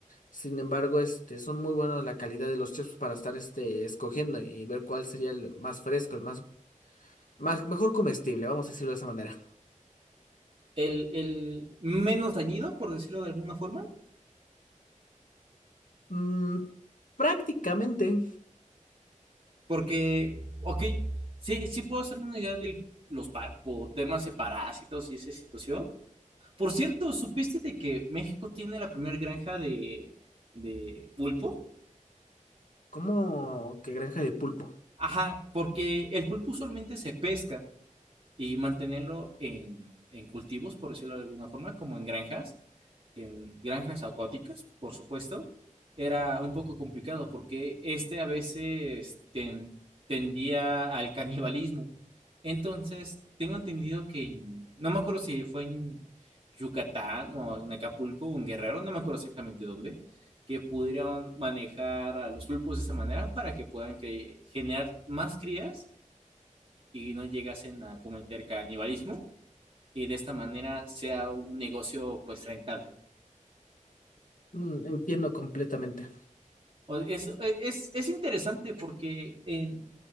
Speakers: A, on the left (about 80°); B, on the right (about 45°).
A: Sin embargo, este, son muy buenos la calidad de los chips para estar este, escogiendo y ver cuál sería el más fresco, el más, más mejor comestible, vamos a decirlo de esa manera.
B: El, el menos dañino, por decirlo de alguna forma,
A: Mm, prácticamente
B: porque, ok, sí, sí puedo hacerme una idea de los pa- por temas de parásitos y esa situación. Por cierto, ¿supiste de que México tiene la primera granja de, de pulpo?
A: como que granja de pulpo.
B: Ajá, porque el pulpo usualmente se pesca y mantenerlo en, en cultivos, por decirlo de alguna forma, como en granjas en granjas acuáticas, por supuesto, era un poco complicado porque este a veces ten- tendía al canibalismo. Entonces, tengo entendido que, en- no me acuerdo si fue en Yucatán o en Acapulco o en Guerrero, no me acuerdo exactamente dónde, que pudieron manejar a los pulpos de esa manera para que puedan cre- generar más crías y no llegasen a cometer canibalismo y de esta manera sea un negocio pues rentable.
A: Mm, entiendo completamente.
B: O- Es, e, es, es interesante porque en,